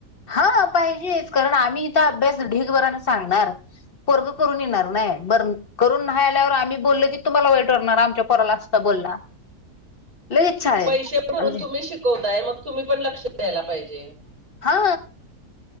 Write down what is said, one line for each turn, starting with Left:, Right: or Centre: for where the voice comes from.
Left: हा पाहिजेच कारण आम्ही इथ अभ्यास ढीगभराने सांगणार पर्ग <unintelligible> करून येणार नाही बर करून नाही आल्यावर आम्ही बोलल कि तुम्हाला वाईट वरणार आमच्या पोराला असता बोलला लगेच शाळेत
Right: पैसे भरून
Left: आमच्या
Right: तुम्ही शिकवताय मग तुम्ही पण लक्ष द्यायला पाहिजे जे
Left: हा